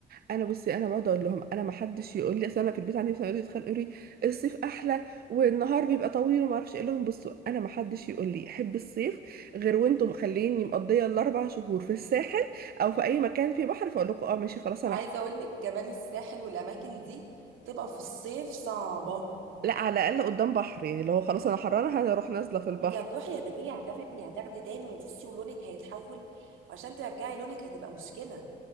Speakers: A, on the right (about 50°); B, on the right (about 80°).
A: انا بصي انا بقعد اقول لهم انا ما حدش يقول لي اصل انا في البيت عندي مثلا يقعدوا يتخانقوا يقولوا لي الصيف احلى والنهار بيبقى طويل وما اعرفش إيه، اقول لهم بصوا انا ما حدش يقول لي احب الصيف غير وانتم مخليني مقضيه الاربع شهور في الساحل او في اي مكان فيه بحر فاقول لكم اه ماشي خلاص انا
B: وعايزه
A: ح-
B: اقول لك كمان الساحل والاماكن دي تبقى في الصيف صعبه
A: لا على الاقل قدام بحر يعني لو خلاص انا حرانه هروح نازله في البحر
B: انت هتروحي يا بديه هتاخدي هتاخدي تاني وبصي ولونك هيتحول وعشان ترجعي لونك هتبقى مشكله